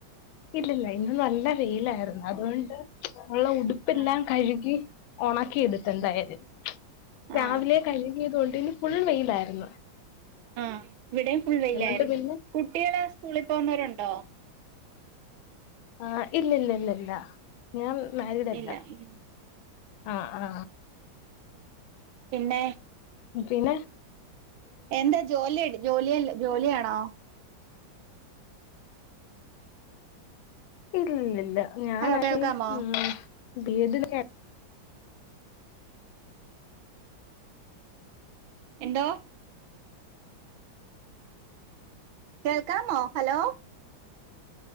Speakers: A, on the left (about 85°); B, on the right (about 85°).
A: ഇല്ലല്ല ഇന്ന് നല്ല വെയിലായിരുന്നു. അതോണ്ട് ഉള്ള ഉടുപ്പെല്ലാം
B: ആ
A: കഴുകി ഒണക്കിയെടുത്ത് എന്തായാലും രാവിലേ
B: ആ
A: കഴുകിയത് കൊണ്ട് ഫുൾ വെയിലായിരുന്നു.
B: ആ ഇവിടെയും ഫുൾ വെയില്
A: അതുകൊണ്ട്
B: ആരുന്നു.
A: പിന്നെ
B: കുട്ടികള് സ്കൂളി പോകുന്നവരുണ്ടോ?
A: ആ ഇല്ലില്ല ഇല്ലില്ല ഇല്ലില്ല ഇല്ല ഞാമ് മാരീഡ് അല്ല.
B: ഇല്ല
A: ആ ആ
B: പിന്നേ
A: പിന്നേ
B: എന്താ? ജോലിയേട് ജോലിയല്ല ജോലിയാണ് ആ
A: എങ്കിലും ഇല്ലല്ല ഞാൻ
B: ഹലോ
A: അറിയും.
B: കേൾക്കാമോ
A: ഊം വേദനയാ
B: എന്തോ? കേൾക്കാമോ? ഹലോ